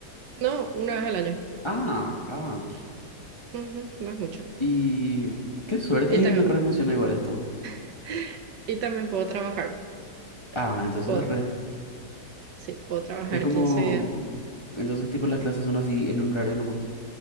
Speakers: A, on the right; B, on the left.
A: No, una vez al año.
B: Ah, ah.
A: Ujú, no es mucho.
B: Y qué suerte.
A: Y también,
B: Eh, me re emociona igual esto.
A: <laughs> y también puedo trabajar.
B: Ah, entonces
A: Puedo,
B: re.
A: sí, puedo trabajar
B: Es como...
A: quince
B: Entonces tipo las clases son así en un horario nomás.